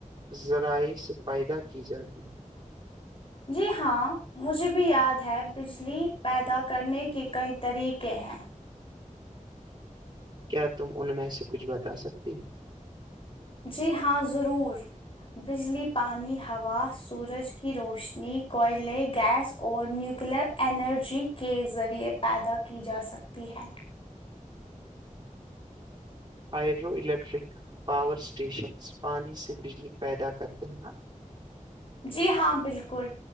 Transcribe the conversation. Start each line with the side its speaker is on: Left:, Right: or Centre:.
Right: ذرائع سے پیدا کی جاتی ہے
Left: جی ہاں مجھے بھی یاد ہے بجلی پیدا کرنے کے کئی طریقے ہیں
Right: کیا تم ان میں سے کچھ بتا سکتی ہو
Left: جی ہاں ضرور بجلی پانی ہوا سورج کی روشنی کوئلے گیس اور نیوکلر انرجی کے ذریعے پیدا کی جا سکتی ہے
Right: ہائڈرو الیکٹرک پاور اسٹیشنس پانی سے بجلی پیدا کرتے ہیں نا
Left: جی ہاں بالکل